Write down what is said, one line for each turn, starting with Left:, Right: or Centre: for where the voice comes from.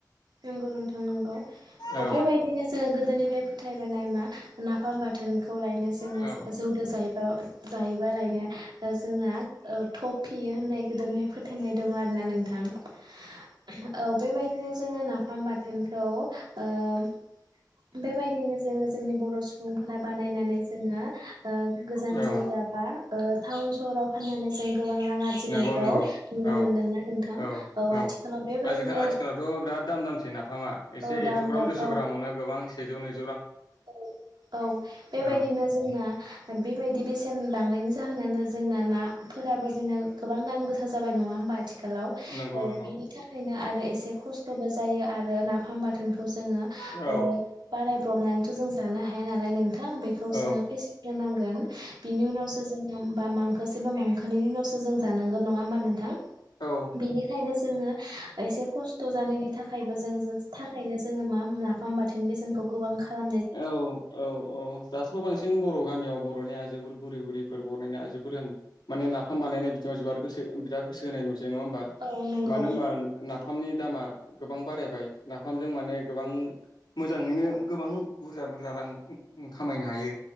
Right: नंगौ नोंथां नंगौ अ
Left: औ
Right: बेबायदिनो जोङो गोदोनि फ्राय फोथायबोनाय मा नाफाम बाथोनखौ खौ लायनो जोङो
Left: औ
Right: जौदो जायोबा जायोबा लायनो जोंना ओ थफ फियो होननाय गोदोनिफ्राय फोथायनाय दङ आरो ना नोंथां औ बेबायदिनो जोङो नाफाम बाथोनखौ ओम बेबायदिनो जोङो जोंनि बर सुबुं बुंफोरा बानायनानै जोङो ओ गोजान जायगा
Left: औ
Right: बा ओ टाउन सहराव फाननानै जों गोबां रां आरजिनायखौ
Left: नंगौ नंगौ
Right: नुनो
Left: औ
Right: मोनदोंना नोंथां
Left: औ औ
Right: आथिखालाव बेबायदिनो
Left: आजिखा आथिखालावथ बिराद दाम दामसै नाफामा एसे
Right: औ
Left: एक्स‌
Right: दाम
Left: ग्राम
Right: दाम
Left: दुइस ग्रामावनो गोबां सेजौ‌ नै <unintelligible>
Right: औ औ बेबायदिनो
Left: औ
Right: जोंना बे बेबायदि बेसेन लांनायनि जाहोनानो जोंना नाफोराबो जोंना गोबां दाम गोसा जाबाय नङा होमबा आथिखालाव
Left: नंगौ
Right: औ
Left: नंगौ
Right: बिनि थाखायनो आरो एसे खस्थबो जायो आरो नाफाम बाथोनखौ खौ जोङो
Left: औ
Right: ओ बानाय ब्रबनानैथ जानो हाया नाल दाय नोंथां जोङो
Left: औ
Right: फेसेवगोरनांगोन बिनि उनावसो जोङो बा मांखोसेबा मांखोनैनि उनावसो जों जानांगोन नङा होमबा नोंथां
Left: औ
Right: बेनिखायनो जोङो एसे खस्थ जानायनि थाखायबो जों जो थाखायनो जोङो मा मोना होमबाथो होन बेसेनखौ गोबां खा
Left: औ औ औ दाथ बांसिन बर गामियाव बरनि आइज बेफोर बुरि बुरिफोर बनायना आइजोफोरानो माने नाफाम बानायनाय बिथिङाव जोबार गोसो बिराद गोसो होनाय नुस नङा होमबा
Right: औ नंगौ
Left: मानो होनबा नाब नाफामनि दामा गोबां बारायबाय नाफामजों माने गोबां मो मोजाङैनो गोबां बुरजा बुरजा रां ओंओ खामायनो हायो